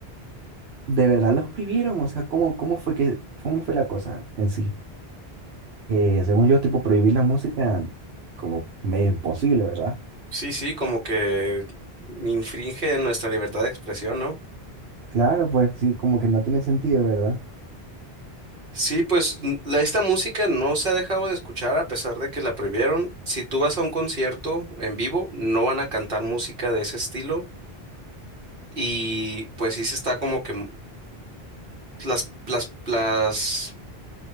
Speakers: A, on the right (about 75°); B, on the right (about 60°).
A: ¿de verdad los prohibieron? O sea, ¿cómo, cómo fue que, cómo fue la cosa en sí? eh, según yo, tipo, prohibir la música como medio imposible, ¿verdad?
B: Sí, sí, como que infringe nuestra libertad de expresión, ¿no?
A: Claro, pues sí, como que no tiene sentido, ¿verdad?
B: Sí, pues n- la, esta música no se ha dejado de escuchar a pesar de que la prohibieron. Si tú vas a un concierto en vivo, no van a cantar música de ese estilo. Y pues sí se está como que las, las, las,